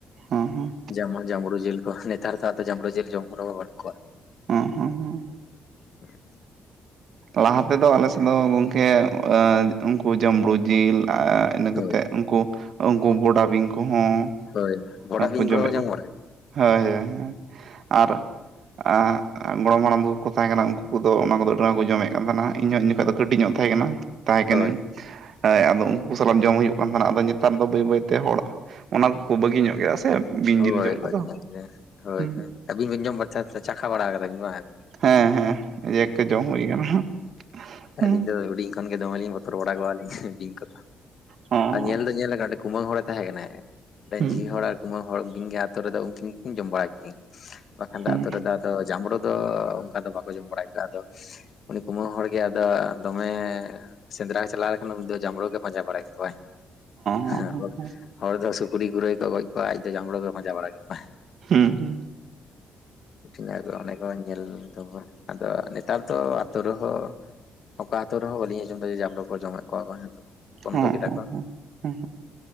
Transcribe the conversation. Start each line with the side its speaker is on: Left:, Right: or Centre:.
Right: ᱦᱚᱸ ᱦᱚᱸ
Left: ᱡᱮᱢᱚᱱ ᱡᱟᱢᱵᱽᱲᱩ ᱡᱤᱞ ᱠᱚ ᱱᱮᱛᱟᱨ ᱫᱚ ᱟᱫᱚ ᱡᱟᱸᱵᱽᱲᱩ ᱡᱤᱞ ᱡᱚᱢ ᱠᱚ ᱵᱟᱹᱱᱩᱜ ᱠᱚᱣᱟ᱾
Right: ᱦᱚᱸ ᱦᱚᱸ ᱦᱚᱸ᱾
Left: <inaudible>
Right: ᱞᱟᱦᱟ ᱛᱮᱫᱚ ᱟᱞᱮᱥᱮᱫ ᱫᱚ ᱜᱚᱢᱠᱮ ᱩᱱᱠᱩ ᱡᱟᱹᱟᱢᱲᱩ ᱡᱤᱞ ᱤᱱᱟᱹ
Left: ᱦᱳᱭ
Right: ᱠᱟᱛᱮᱫ ᱩᱱᱠᱩ ᱩᱱᱠᱩ ᱵᱚᱰᱟ ᱵᱤᱧ ᱠᱚᱦᱚᱸ,
Left: ᱦᱳᱭ ᱵᱚᱰᱟ
Right: ᱩᱱᱠᱩ
Left: ᱵᱤᱧ
Right: ᱡᱚᱢᱮᱫ
Left: ᱡᱚᱢ
Right: ᱠᱚ
Left: ᱵᱟᱲᱟ ᱠᱟᱫᱟ?
Right: ᱦᱳᱭ ᱦᱳᱭ ᱟᱨ ᱟᱨ ᱜᱚᱲᱚᱢ ᱦᱟᱲᱟᱢ ᱠᱚ ᱠᱚ ᱛᱟᱦᱮᱸ ᱠᱟᱱᱟ ᱩᱱᱠᱩ ᱠᱚᱫᱚ ᱚᱱᱟ ᱠᱚᱫᱚ ᱟᱹᱰᱤ ᱢᱟᱨ ᱠᱚ ᱡᱚᱢᱮᱫ ᱠᱟᱱ ᱛᱟᱦᱮᱱᱟ ᱤᱧᱦᱚᱸ ᱩᱱ ᱡᱚᱠᱷᱚᱡ ᱫᱚ ᱠᱟᱹᱴᱤᱡ ᱧᱚᱜ ᱛᱟᱦᱮᱸ ᱠᱟᱱᱟ ᱾ ᱛᱟᱦᱮᱸ
Left: ᱦᱳᱭ
Right: ᱠᱟᱹᱱᱟᱹᱧ ᱾ ᱦᱸ ᱟᱫᱚ ᱩᱱᱠᱩ ᱠᱚ ᱥᱟᱞᱟᱜ ᱡᱚᱢ ᱦᱩᱭᱩᱜ ᱠᱟᱱ ᱛᱟᱦᱮᱱᱟ ᱟᱫᱚ ᱱᱮᱛᱟᱨ ᱫᱚ ᱵᱟᱹᱭ ᱵᱟᱹᱭᱛᱮ ᱦᱚᱲ ᱚᱱᱟ ᱠᱚᱠᱚ ᱵᱟᱹᱜᱤ ᱧᱚᱜ ᱜᱮᱭᱟ ᱥᱮ ᱵᱤᱧ
Left: ᱦᱳᱭ
Right: ᱡᱤᱞ ᱡᱚᱢ
Left: ᱵᱷᱟᱹᱜᱤ
Right: ᱠᱚᱫᱚ
Left: ᱧᱚᱜ ᱜᱮ ᱦᱳᱭ
Right: ᱦᱩᱸ
Left: ᱦᱳ ᱟᱹᱵᱤᱱ ᱵᱤᱱ ᱡᱚᱢ ᱵᱟ ᱪᱟᱠᱷᱟ ᱵᱟᱲᱟ ᱠᱟᱫᱟ ᱵᱤᱱ ᱵᱟᱝ?
Right: ᱦᱮᱸ ᱦᱮᱸ ᱮᱭ ᱮᱠᱮ ᱡᱚᱢ ᱦᱩᱭ ᱠᱟᱱᱟ᱾ ᱦᱚᱸ
Left: ᱟᱹᱞᱤᱧ ᱫᱚ ᱦᱩᱰᱤᱧ ᱠᱷᱚᱱ ᱜᱮ ᱫᱚᱢᱮ ᱞᱤᱧ ᱵᱚᱛᱚᱨ ᱵᱟᱲᱟ ᱠᱚᱣᱟᱞᱤᱧ ᱵᱤᱝ ᱠᱚ
Right: ᱦᱚᱸ
Left: ᱟᱨ ᱧᱮᱞ ᱫᱚ ᱧᱮᱞ ᱟᱠᱟᱱ ᱚᱸᱰᱮ ᱠᱩᱢᱟᱹᱝ ᱦᱚᱲᱮ ᱛᱟᱦᱮᱸ ᱠᱟᱱᱟᱭ ᱢᱤᱫᱴᱟᱝ
Right: ᱦᱩᱸ
Left: ᱡᱷᱤ ᱦᱚᱲ ᱟᱨ ᱠᱩᱢᱟᱝ ᱦᱚᱲ ᱩᱱᱠᱤᱱ ᱜᱮᱛᱚ ᱟᱛᱳ ᱨᱮᱫᱚ ᱩᱱᱠᱤᱱ ᱜᱮᱠᱤᱱ ᱡᱚᱢ ᱵᱟᱲᱟᱭ ᱠᱤᱱ ᱵᱟᱝᱠᱷᱟᱱ
Right: ᱦᱚᱸ
Left: ᱫᱚ ᱟᱛᱳ ᱨᱮᱫᱚ ᱟᱫᱚ ᱡᱟᱢᱵᱽᱲᱩ ᱫᱚ ᱚᱱᱠᱟ ᱫᱚ ᱵᱟᱠᱚ ᱡᱚᱢ ᱵᱟᱲᱟ ᱠᱚᱣᱟ ᱟᱫᱚ ᱩᱱᱤ ᱠᱩᱢᱟᱝ ᱦᱚᱲᱜᱮ ᱟᱫᱚ ᱫᱚᱢᱮ ᱥᱮᱸᱫᱽᱨᱟ ᱪᱟᱞᱟᱣ ᱞᱮᱠᱷᱟᱱ ᱩᱱᱤ ᱫᱚ ᱡᱟᱢᱲᱩ ᱜᱮ ᱯᱟᱸᱡᱟ ᱵᱟᱲᱟᱭ ᱠᱚᱣᱟᱭ᱾
Right: ᱦᱚᱸ
Left: ᱦᱮ
Right: ᱦᱚᱸ ᱦᱚᱸ
Left: ᱦᱚᱲ ᱫᱚ ᱥᱩᱠᱨᱤ ᱜᱩᱞᱟᱹᱭ ᱠᱚ ᱜᱚᱡ ᱠᱚᱣᱟ ᱟᱡ ᱫᱚ ᱡᱟᱢᱲᱩ ᱠᱚ ᱯᱟᱡᱟ ᱵᱟᱲᱟ ᱠᱮᱠᱚᱣᱟᱭ᱾
Right: ᱦᱩᱸ ᱦᱩᱸ
Left: ᱴᱧ ᱫᱚ ᱚᱱᱮ ᱠᱚ ᱧᱮᱞ ᱫᱚᱵᱚ ᱟᱫᱚ ᱱᱮᱛᱟᱨ ᱫᱚ ᱛᱚ ᱟᱛᱳ ᱨᱮᱦᱚᱸ ᱚᱠᱟ ᱟᱛᱳ ᱨᱮᱦᱚᱸ ᱵᱟᱹᱞᱤᱧ ᱟᱸᱡᱚᱢᱮᱫᱟ ᱡᱟᱢᱵᱽᱲᱩ ᱠᱚ ᱡᱚᱢᱮᱫ ᱠᱚᱣᱟ ᱠᱚ ᱦᱤᱛᱚᱜ ᱦᱚᱸ᱾ ᱵᱚᱱᱫᱚ
Right: ᱦᱮᱸ ᱦᱮᱸ
Left: ᱠᱮᱫᱟ ᱠᱚ
Right: ᱦᱮᱸ ᱦᱮᱸ